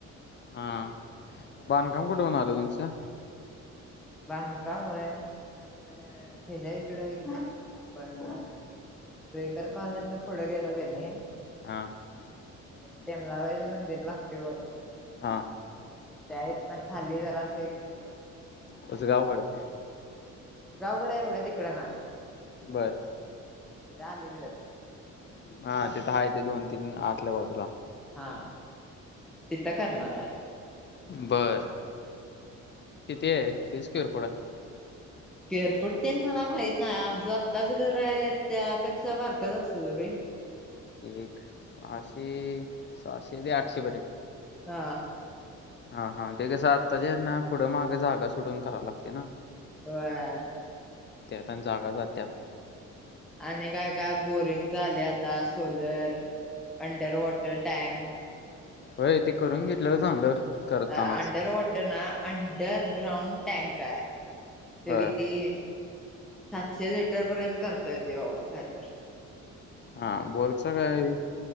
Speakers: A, on the left; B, in the centre.
A: हा बांधकाम कुठे पर्यंत आलं तुमचं
B: बांधकाम व्हय तिथं हच्या इकड एक आपण रुईकर कॉलनीत पुढं गेल का नाही.
A: हा.
B: ते तेंबबाई चं मंदिर लागते बघ ते
A: हा
B: आहेत ना. खाली जरासे तिथ.
A: तुझ अवघड असल.
B: जाउगडया एवढं तिकडे नाही.
A: बर.
B: च्या अली कडच.
A: हा तेथ ह आहे ते दोन, तीन आतल्या बाजूला.
B: हा तिथं करणार आहे.
A: बर किती आहे स्क्यूर फूट
B: स्क्वेअर फूट ते मला माहित नाही आमचं आत्ताच घर आहे त्यापेक्षा बारकच असत रे
A: एक सहाशे, सहाशे ते आठशे पर्यंत.
B: हा.
A: हा हा ते कसं आत्ताच्याना पुढं माग जागा सुटून कराव लागते ना.
B: होय.
A: त्यात आणि जागा जाते.
B: आणि काय काय बोरिंग झाले आता सोलर, अंडरवॉट, टँक.
A: होय ते करून घेतलंलं चांगलं. करतानाच
B: अ अंडर वाॉटर ना अंडर ग्राउंड टँक आहे. ते
A: होय
B: किती सातशे लिटर पर्यंत करतय ते होवा खालतर-'
A: हा बोरचा काय?